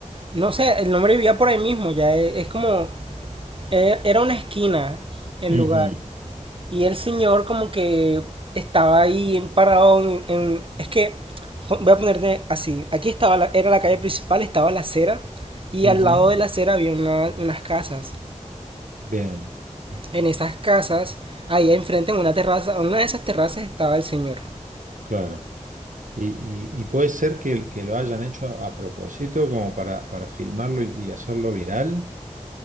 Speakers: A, on the right (about 45°); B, on the right (about 80°).
A: No sé, el nombre vivía por ahí mismo, ya e- es, como, e- era una esquina el
B: Ujú,
A: lugar. Y el señor como que estaba ahí en- parado en, en- es que, jo- voy a ponerte así, aquí estaba, la- era la calle principal, estaba la acera, y
B: ujú.
A: al lado de la acera había una- unas casas.
B: Bien,
A: En esas casas, ahí enfrente en una terraza, en una de esas terrazas estaba el señor.
B: claro. Y, y- y puede ser que, que lo hayan hecho a propósito, como para, para filmarlo y, y hacerlo viral.